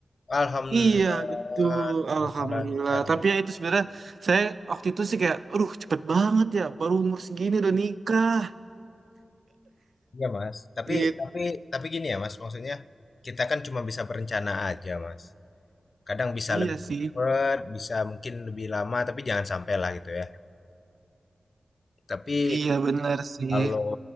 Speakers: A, on the left (about 60°); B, on the right (about 70°).
A: Alhamdulillah
B: Iya betul, alhamdulillah.
A: semoga lancar.
B: Tapi ya itu sebenarnya saya waktu itu sih kayak, aduh cepet banget ya, baru umur segini udah nikah.
A: Iya Mas. Tapi
B: Iya
A: tapi tapi gini ya Mas, maksudnya kita kan cuma bisa berencana aja Mas. Kadang bisa
B: iya
A: lebih
B: sih.
A: cepat, bisa mungkin lebih lama, tapi jangan sampai lah gitu ya. Tapi
B: Iya benar sih.
A: kalau